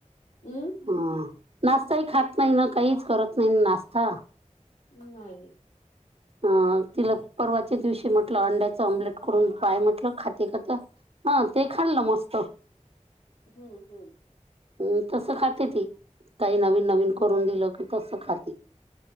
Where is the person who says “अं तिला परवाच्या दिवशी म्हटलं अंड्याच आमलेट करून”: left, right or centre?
Right